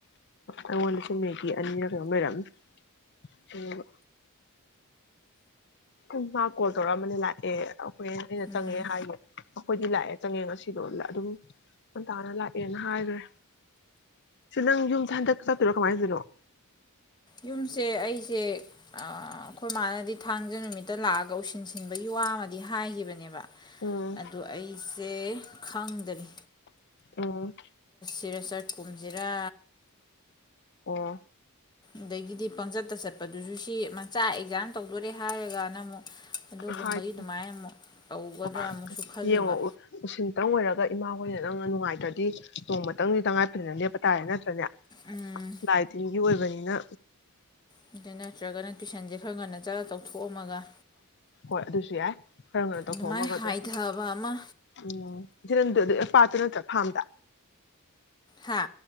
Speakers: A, on the left; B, on the left.
A: ꯑꯩꯉꯣꯟꯗꯁꯨ ꯃꯦꯒꯤ ꯑꯅꯤꯔ ꯀꯩꯅꯣꯝ ꯂꯩꯔꯝꯃꯤ ꯑꯗꯨꯒ ꯎꯝ ꯃꯥ ꯀꯣꯜ ꯇꯧꯔꯛꯑꯝꯕꯅꯦ ꯂꯥꯛꯑꯦ ꯑꯩꯈꯣꯏ ꯑꯩꯅ ꯆꯪꯉꯦ
B: ꯎꯝ
A: ꯍꯥꯏꯒꯣ ꯑꯩꯈꯣꯏꯗꯤ ꯂꯥꯛꯑꯦ ꯆꯪꯉꯦ ꯉꯁꯤꯗꯣ ꯑꯗꯨꯝ ꯉꯟꯇꯥꯅ ꯂꯥꯛꯑꯦꯅ ꯍꯥꯏꯈ꯭ꯔꯦ ꯁꯤ ꯅꯪ ꯌꯨꯝꯗ ꯍꯟꯗꯛ ꯆꯠꯇꯣꯏꯔꯣ ꯀꯃꯥꯏꯅꯊꯧꯗꯣꯏꯅꯣ
B: ꯌꯨꯝꯁꯦ ꯑꯩꯁꯦ ꯑꯩꯈꯣꯏ ꯃꯥꯅꯗꯤ ꯊꯥꯡꯖ ꯅꯨꯃꯤꯠꯇ ꯂꯥꯛꯑꯒ ꯎꯁꯤꯟꯁꯤꯟꯕꯒꯤ ꯋꯥ ꯑꯃꯗꯤ ꯍꯥꯏꯈꯤꯕꯅꯦꯕ
A: ꯎꯝ
B: ꯑꯗꯣ ꯑꯩꯁꯦ ꯈꯪ ꯗ꯭ꯔꯤ
A: ꯎꯝ
B: ꯆꯠꯁꯤꯔ ꯆꯠꯀꯨꯝꯖꯤꯔꯥ
A: ꯑꯣ
B: ꯑꯗꯥꯒꯤꯗꯤ ꯄꯪꯆꯠꯇ ꯆꯠꯄꯗꯨꯁꯨ ꯁꯤ ꯃꯆꯥ ꯑꯦꯛꯖꯥꯝ ꯇꯧꯗꯣꯔꯦ ꯍꯥꯏꯔꯒꯅ ꯑꯃꯨꯛ ꯑꯗꯨꯒꯨꯝꯕꯒꯤ
A: ꯍꯥꯏꯗꯣꯏꯅꯦ
B: ꯑꯗꯨꯃꯥꯏꯅ ꯑꯃꯨꯛ ꯇꯧꯒꯗ꯭ꯔꯥ
A: ꯍꯥꯏ
B: ꯑꯃꯨꯛꯁꯨ ꯈꯜꯂꯤꯕ
A: ꯌꯦꯡꯉꯣ ꯎꯁꯤꯟꯇꯪ ꯑꯣꯏꯔꯒ ꯏꯃꯥ ꯍꯣꯏꯅ ꯅꯪꯅ ꯅꯨꯡꯉꯥꯏꯇ꯭ꯔꯗꯤ ꯅꯣꯡꯃꯇꯪꯗꯤ ꯇꯉꯥꯏꯐꯗꯅ ꯂꯦꯞꯄ ꯇꯥꯔꯦ ꯅꯠꯇ꯭ꯔꯅꯦ
B: ꯎꯝ
A: ꯂꯥꯏ ꯇꯤꯟꯒꯤ ꯑꯣꯏꯕꯅꯤ ꯅ
B: ꯑꯗꯨ ꯅꯠꯇ꯭ꯔꯒꯅ ꯇꯨꯏꯁꯟꯁꯦ ꯈꯔ ꯆꯥꯎꯊꯣꯛꯑꯝꯃꯒ
A: ꯍꯣꯏ ꯑꯗꯨꯁꯨ ꯌꯥꯏ ꯈꯔ ꯉꯟꯅꯥ ꯇꯧꯊꯣꯛꯑꯝꯃꯒ
B: ꯑꯗꯨꯃꯥꯏꯅ
A: ꯑꯗꯨ
B: ꯍꯥꯏꯊꯕ ꯑꯃ
A: ꯎꯝ ꯄꯥꯠꯇ ꯅꯠꯇ꯭ꯔꯥ ꯐꯥꯝꯗ
B: ꯍꯥ